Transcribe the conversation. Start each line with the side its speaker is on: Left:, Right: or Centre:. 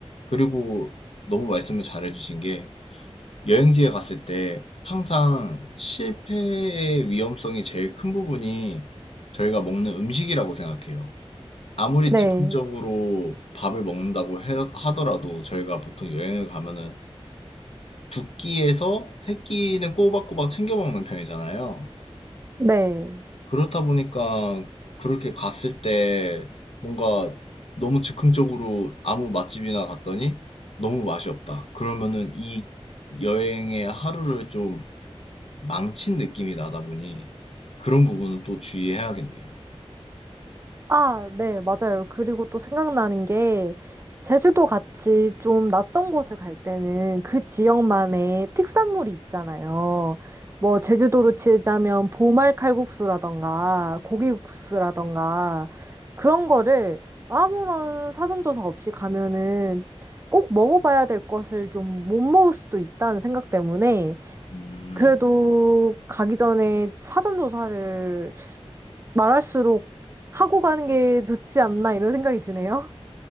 Left: 그리고 너무 말씀을 잘해주신 게 여행지에 갔을 때 항상 실패의 위험성이 제일 큰 부분이 저희가 먹는 음식이라고 생각해요. 아무리
Right: 네,
Left: 즉흥적으로 밥을 먹는다고 해- 하더라도 저희가 보통 여행을 가면은 두 끼에서 세 끼는 꼬박꼬박 챙겨 먹는 편이잖아요.
Right: 네.
Left: 그렇다 보니까 그렇게 갔을 때 뭔가 너무 즉흥적으로 아무 맛집이나 갔더니 너무 맛이 없다. 그러면은 이 여행의 하루를 좀 망친 느낌이 나다 보니 그런 부분은 또 주의해야겠네요.
Right: 아, 네, 맞아요. 그리고 또 생각나는 게, 제주도 같이 좀 낯선 곳을 갈 때는 그 지역만의 특산물이 있잖아요. 뭐, 제주도로 치자면 보말 칼국수라던가, 고기국수라던가, 그런 거를 아무런 사전조사 없이 가면은 꼭 먹어봐야 될 것을 좀 못 먹을 수도 있다는 생각 때문에,
Left: 음,
Right: 그래도 가기 전에 사전조사를 말할수록 하고 가는 게 좋지 않나 이런 생각이 드네요.